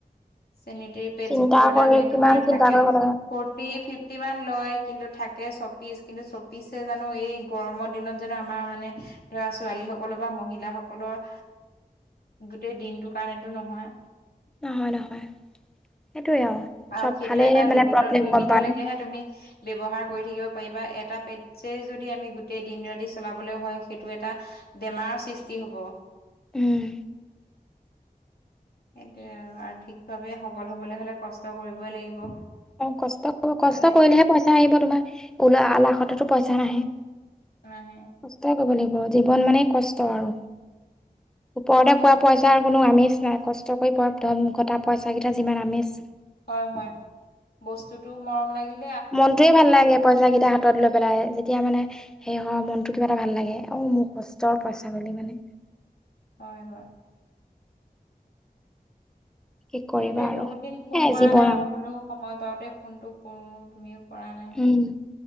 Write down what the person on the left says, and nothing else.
চেনিটৰী পেডছ
বোৰৰ
দামেই তোমাৰ
থাকে।
ফৰ্টি
ফিফটি মান লয় কিন্তু থাকে ছয়পিচ কিন্তু চৌজানো এই গৰমৰ দিনত জানোঁ আমাৰ মানে ধৰা ছোৱালী সকলৰ বা মহিলাসকলৰ। গোটেই দিনটো কাৰণেটো নহয়।
আৰু
সেইটো
এটা
লিমিট,
লিমিটলৈকেহে
তুমি। ব্যৱহাৰ কৰি থাকিব পাৰিবা এটা পেডচে যদি আমি গোটেই দিন ৰাতি চলাবলৈ হয়, সেইটো এটা বেমাৰৰ সৃষ্টি হ'ব।
সেইটোয়ে আৰু আৰ্থিকভাৱে সবল হ'বলৈ হ'লে কষ্ট কৰিবই লাগিব।
সেইটো
কাৰণে
নাহে।
হয় হয়, বস্তুটো মৰম লাগিল।
হয় হয়।
সেইটোৱে
বহুত দিন
ফোন কৰা
নাই,
মই বোলো সময় পাওঁতে ফোনটো কৰো তুমিও কৰা নাই।